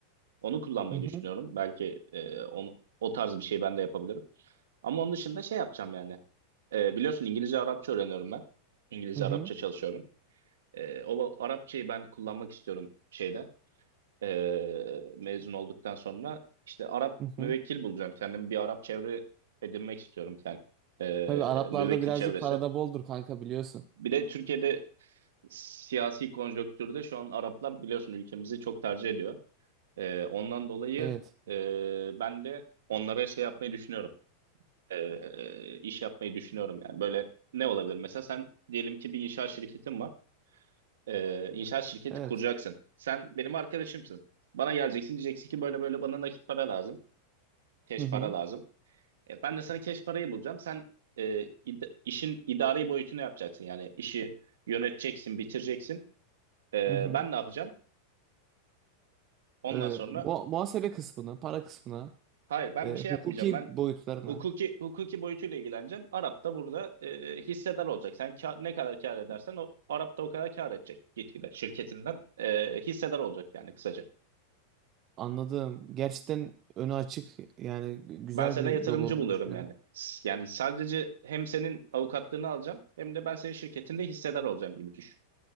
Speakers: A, on the right; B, on the right.
A: Onu kullanmayı
B: Hı hı,
A: düşünüyorum. Belki e, onu, o tarz bir şey ben de yapabilirim. Ama onun dışında şey yapacağım yani. E, biliyorsun İngilizce Arapça öğreniyorum ben. İngilizce
B: hı hı,
A: Arapça çalışıyorum. Ee, o Arapçayı ben kullanmak istiyorum şeyde ee, mezun olduktan sonra işte Arap
B: hı
A: müvekkil
B: hı.
A: bulacağım kendimi bir Arap çevre edinmek istiyorum kendim E,
B: Tabii Araplarda
A: müvekkil
B: birazcık
A: çevresi.
B: parada boldur kanka biliyorsun.
A: Bir de Türkiye'de siyasi konjonktürde şu an Araplar biliyorsun ülkemizi çok tercih ediyor. Ee, ondan dolayı
B: Evet,
A: ee, ben de onlara şey yapmayı düşünüyorum. Ee, e, iş yapmayı düşünüyorum yani böyle ne olabilir mesela sen diyelim ki bir inşaat şirketin var. e, inşaat şirketi
B: evet.
A: kuracaksın. Sen benim arkadaşımsın. Bana geleceksin diyeceksin ki böyle böyle bana nakit para lazım. Cash
B: Hı hı,
A: para lazım. E, ben de sana cash parayı bulacağım. Sen e, id- işin idari boyutunu yapacaksın. Yani işi yöneteceksin, bitireceksin. E,
B: hı hı.
A: ben ne yapacağım? Ondan
B: Ee,
A: sonra
B: mu- muhasebe kısmına, para kısmına,
A: hayır ben
B: e,
A: bir şey
B: hukuki
A: yapmayacağım. Ben
B: boyutlarına
A: hukuki hukuki boyutuyla ilgileneceğim. Arap da burada e, hissedar olacak. Sen kâ- ne kadar kâr edersen o Arap da o kadar kâr edecek gitgide şirketinden e, hissedar olacak yani kısaca.
B: anladım. Gerçekten önü açık yani güzel
A: Ben sana
B: bir
A: yatırımcı
B: yol olduğunu
A: buluyorum
B: düşünüyorum.
A: yani. S- Yani sadece hem senin avukatlığını alacağım hem de ben senin şirketinde hissedar olacağım gibi düşün.